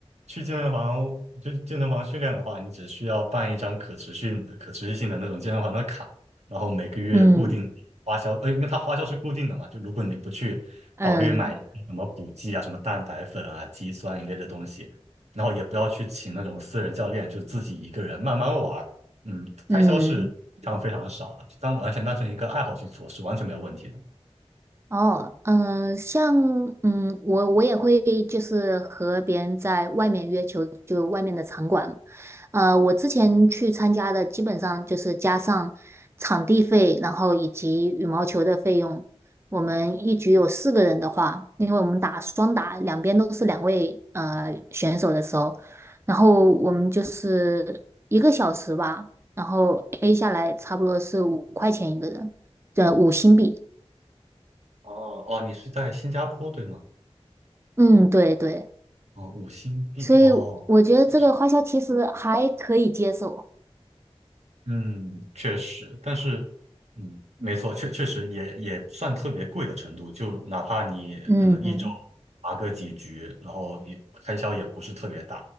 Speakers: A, on the right; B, on the right.
A: 去健身房就健身房训练的话，你只需要办一张可持续可持续性的那种健身房的卡，然后每个月固定花销，
B: 嗯
A: 呃，因为它花销是固定的嘛，就如果你不去考虑买什么补剂啊、
B: 嗯
A: 什么蛋白粉啊、肌酸一类的东西，然后也不要去请那种私人教练，就自己一个人慢慢玩。嗯，开销是非常非常少的，
B: 嗯。
A: 当完全当成一个爱好去做是完全没有问题的。
B: 哦，嗯、呃像嗯，我我也会就是和别人在外面约球，就外面的场馆嘛。呃，我之前去参加的基本上就是加上场地费，然后以及羽毛球的费用。我们一局有四个人的话，因为我们打双打，两边都是两位呃选手的时候，然后我们就是一个小时吧，然后 A 下来差不多是五块钱一个人，呃，五新币。
A: 哦哦，你是在新加坡对吗？
B: 嗯，对对。
A: 哦，五星币哦，
B: 所以我觉得这个花销其实还可以接受。
A: 哦嗯，确实，但是，嗯，没错，确确实也也算特别贵的程度，就哪怕你可能一周
B: 嗯，
A: 打个几局，然后也开销也不是特别大